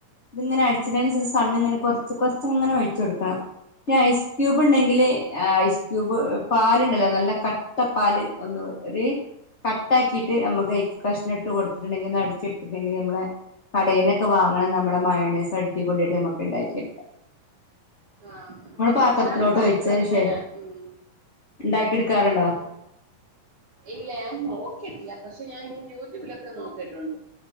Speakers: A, on the left; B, on the right.
A: ഇത്ങ്ങനെ അടിച്ച്ണയ്ന് അനുസരിച്ച് സണ്ണിങ്ങന കൊറച്ച് കൊറച്ച്ങ്ങനെ ഒഴിച്ച് കൊടു ക്ക ഈ ഐസ് ക്യൂബ് ഉണ്ടെങ്കില് ഐസ് ക്യൂബ് പാലുണ്ടല്ലോ നല്ല ക ട്ടപ്പാല് ഒന്ന് ഒര് കട്ടാക്കിയിട്ട് ഞമ്മക്ക് അയിക്ക് കഷ്ണം ഇട്ട് കൊടുത്തിട്ടുണ്ടെങ്കി ഒന്ന് അട്ച്ച്ത്തിട്ട്ണ്ടെങ്കി നമ്മളെ കടേന്നൊക്കെ വാങ്ങ്ണ നമ്മളെ മയോണൈസ് അടിപൊളിയായിട്ട് ഞമ്മക്ക് ഉണ്ടാക്കിയെടുക്ക
B: ആഹ്
A: പാത്രത്തിലോട്ട്
B: ഞാനും കണ്ടിട്ടുണ്ട്
A: ഒഴിച്ചതിന്
B: ഇങ്ങനെ
A: ശേഷം
B: ഉം
A: ഉണ്ടാക്കി എടുക്കാറുണ്ടോ
B: കാര്യം ഇല്ല ഞാൻ നോക്കീട്ടില്ല പക്ഷെ ഞാൻ ഇങ്ങനെ യൂട്യൂബിലൊക്കെ നോക്കിയിട്ടുണ്ട്